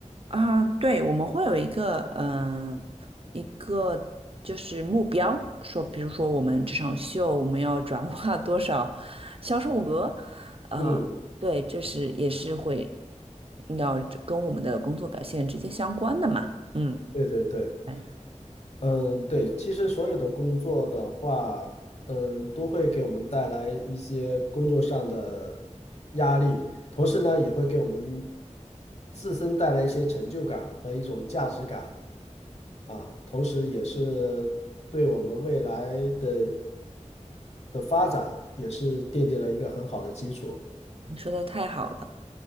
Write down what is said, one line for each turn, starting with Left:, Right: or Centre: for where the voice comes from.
Right: 啊，对，我们会有一个，嗯、一个就是目标，说，比如说我们这场秀我们要转 <laughs> 化多少销售额，呃，
Left: 嗯，
Right: 对，这是也是会要跟我们的工作表现直接相关的嘛，嗯，
Left: 对对对，
Right: 哎，
Left: 嗯，对，其实所有的工作的话，嗯，都会给我们带来一些工作上的压力，同时呢，也会给我们自身带来一些成就感和一种价值感啊，同时也是对我们未来的的发展也是奠定了一个很好的基础。
Right: 你说的太好了，